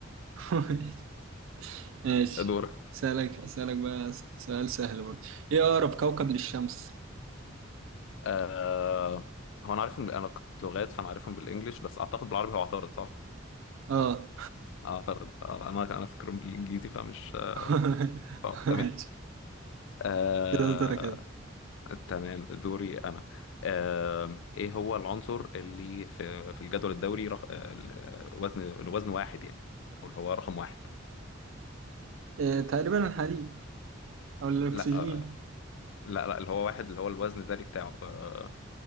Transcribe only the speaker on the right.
<laughs> ماشي
سألك أسألك بقى س- سؤال سهل برضه إيه أقرب كوكب للشمس؟
آه
<laughs>
ماشي
كده درجة كده
إيه تقريبا الحديد أو الأكسجين